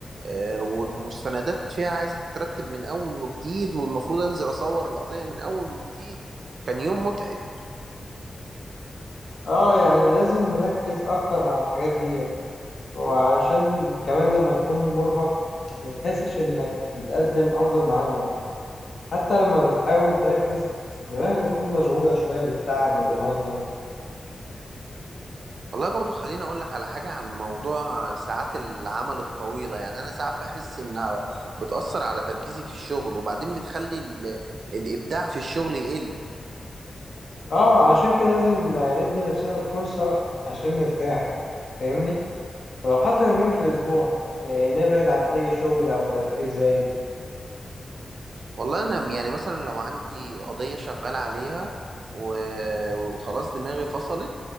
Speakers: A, on the right; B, on the left.
A: آه، والمستندات فيها عايزة تترتب من أول وجديد والمفروض أنزل أصور القضية من أول وجديد كان يوم متعب
B: اه يعني لازم نركز أكتر على الحاجات ديت وعشان كمان لما تكون مرهق ما بتحسش إنك بتقدم أفضل ما عندك حتى لما بتحاول تركز دماغك بتكون مشغولة شوية بالتعب والإرهاق ده
A: والله برضو خليني اقول لك على حاجة عن موضوع ساعات العمل الطويلة يعني انا ساعات بحس انها بتأثر على تركيزي في الشغل وبعدين بتخلي ال... الابداع في الشغل يقل
B: اه عشان كده لازم آه، ندي نفسنا فرصة عشان نرتاح فاهمني؟ لو حتى يومين في الأسبوع يعني نبعد عن أي شغل أو تفكير زايد
A: والله انا يعني مثلا لو عندي قضية شغال عليها و... وخلاص دماغي فصلت